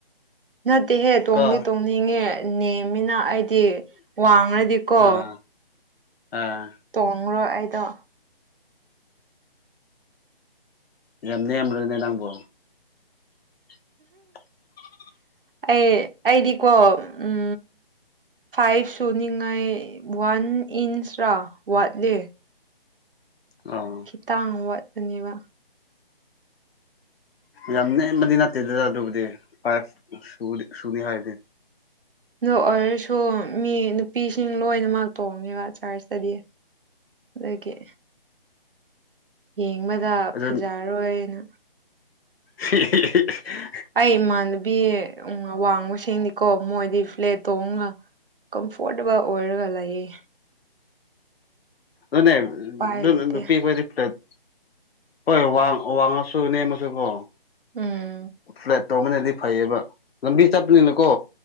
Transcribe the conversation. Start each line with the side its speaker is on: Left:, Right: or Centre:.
Right: ꯅꯠꯇꯦꯍꯦ ꯇꯣꯡꯗꯤ
Left: ꯀꯣ
Right: ꯇꯣꯡꯅꯤꯡꯉꯦ ꯅꯦꯝꯃꯤꯅ ꯑꯩꯗꯤ ꯋꯥꯡꯉꯗꯤꯀꯣ
Left: ꯑꯥ ꯑꯥ
Right: ꯇꯣꯡꯉꯔꯣꯏ ꯑꯩꯗꯣ
Left: ꯌꯥꯝ ꯅꯦꯝꯕꯔꯅꯦ ꯅꯪꯕꯣ <inaudible>
Right: ꯑꯩ ꯑꯩꯗꯤꯀꯣ ꯎꯝ ꯐꯥꯏꯚ ꯁꯨꯅꯤꯉꯥꯏ ꯋꯥꯟ ꯏꯟꯁꯔ ꯋꯥꯠꯂꯦ
Left: ꯑ
Right: ꯇꯥꯡ ꯋꯥꯠꯄꯅꯦꯕ
Left: ꯌꯥꯝ ꯅꯦꯝꯕꯗꯤ ꯅꯠꯇꯦ ꯑꯗꯨꯗ ꯑꯗꯨꯕꯨꯗꯤ ꯐꯥꯏꯞ ꯁꯨꯅꯤ ꯍꯥꯏꯔꯗꯤ
Right: ꯅꯣ ꯑꯣꯏꯔꯁꯨ ꯃꯤ ꯅꯨꯄꯤꯁꯤꯡ ꯂꯣꯏꯅꯃꯛ ꯇꯣꯡꯉꯦꯕ ꯆꯥꯔꯁꯇꯗꯤ꯫ ꯗꯨꯒꯤ ꯌꯦꯡꯕꯗ
Left: ꯑꯗꯨ
Right: ꯐꯖꯔꯣꯏꯅ
Left: <inaudible>
Right: ꯑꯩ ꯏꯃꯥꯟꯅꯕꯤ ꯎꯡ ꯑꯋꯥꯡꯕꯁꯤꯡꯅꯤꯀꯣ ꯃꯣꯏꯗꯤ ꯐ꯭ꯂꯦꯠ ꯇꯣꯡꯉꯒ ꯀꯝꯐꯣꯔꯇꯦꯕꯜ ꯑꯣꯏꯔꯒ ꯂꯩꯌꯦ꯫
Left: ꯑꯗꯨꯅꯦ
Right: ꯎꯄꯥꯏ
Left: ꯗꯨꯅ
Right: ꯂꯩꯇꯦ
Left: ꯅꯨꯄꯤ ꯈꯣꯏ꯫ ꯐ꯭ꯂꯦꯠ ꯍꯣꯏ ꯋꯥ ꯋꯥꯡꯉꯁꯨ ꯅꯦꯝꯃꯁꯨ ꯀꯣ꯫
Right: ꯎꯝ
Left: ꯐ꯭ꯂꯦꯠ ꯇꯧꯕꯅꯗꯤ ꯐꯩꯌꯦꯕ꯫ ꯂꯝꯕꯤ ꯆꯠꯄꯅꯤꯅꯀꯣ꯫